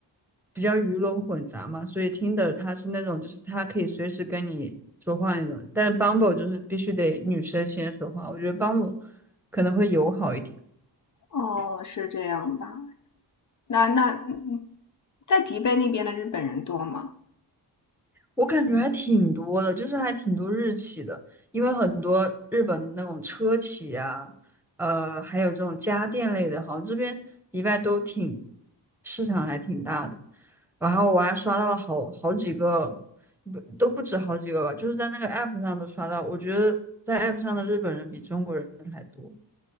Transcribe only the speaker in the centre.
比较鱼龙混杂嘛，所以 Tinder 它是那种就是它可以随时跟你说话那种，但是 Bumble 就是必须得女生先说话，我觉得 Bumble 可能会友好一点。
我感觉还挺多的，就是还挺多日企的，因为很多日本那种车企啊，呃，还有这种家电类的，好像这边迪拜都挺市场还挺大的。然后我还刷到了好好几个，不都不止好几个吧，就是在那个 app 上都刷到。我觉得在 app 上的日本人比中国人还多，